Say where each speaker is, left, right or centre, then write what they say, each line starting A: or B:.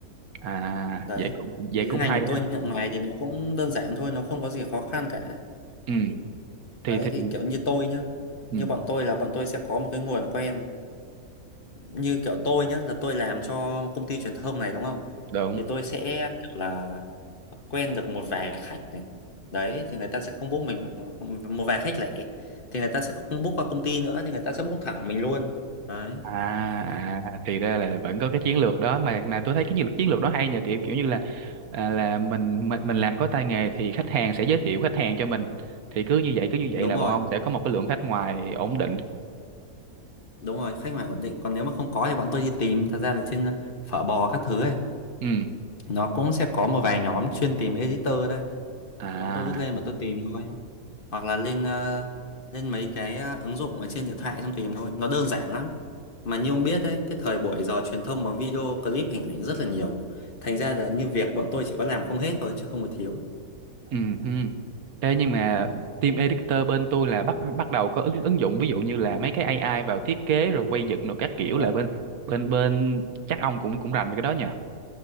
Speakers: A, on the right; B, on the left.
A: à
B: đấy
A: vậy cũng vậy
B: thì
A: cũng
B: cái ngành
A: hay
B: của tôi
A: ha
B: nhận ngoài thì nó cũng đơn giản thôi nó không có gì khó khăn cả
A: ừ thì
B: Đấy
A: thì
B: thì kiểu như tôi nhá,
A: ừ
B: như bọn tôi là bọn tôi sẽ có một cái nguồn quen. Như kiểu tôi nhá, là tôi làm cho công ty truyền thông này đúng không?
A: đúng
B: Thì tôi sẽ kiểu là quen được một vài khách này. Đấy thì người ta sẽ không book mình một vài khách lẻ thì người ta sẽ không book qua công ty nữa thì người ta sẽ book thẳng mình luôn. Đấy,
A: à, à thì ra là vẫn có cái chiến lược đó mà mà tôi thấy cái chiến lược chiến lược đó hay nhờ kiểu kiểu như là à, là mình mình mình làm có tay nghề thì khách hàng sẽ giới thiệu khách hàng cho mình thì cứ như vậy cứ như vậy
B: đúng
A: là
B: rồi,
A: bọn ông sẽ có một cái lượng khách ngoài ổn định
B: đúng rồi, khách hàng ổn định. Còn nếu mà không có thì bọn tôi đi tìm, thật ra là trên ờ, phở bò các thứ ấy,
A: ừ
B: nó cũng sẽ có một vài nhóm chuyên tìm editor đây.
A: à
B: Bọn tôi cứ lên bọn tôi tìm thôi. hoặc là lên ờ, lên mấy cái ờ, ứng dụng ở trên điện thoại xong tìm thôi nó đơn giản lắm mà như ông biết đấy cái thời buổi giờ truyền thông bằng video clip hình ảnh rất là nhiều thành ra là như việc bọn tôi chỉ có làm không hết thôi chứ không có thiếu
A: Ừ. hừ. Ê, nhưng mà
B: đấy
A: team editor bên tôi là bắt bắt đầu có ứng ứng dụng ví dụ như là mấy cái AI vào thiết kế rồi quay dựng rồi các kiểu
B: đúng
A: là
B: rồi
A: bên bên bên chắc ông cũng cũng rành về cái đó nhờ.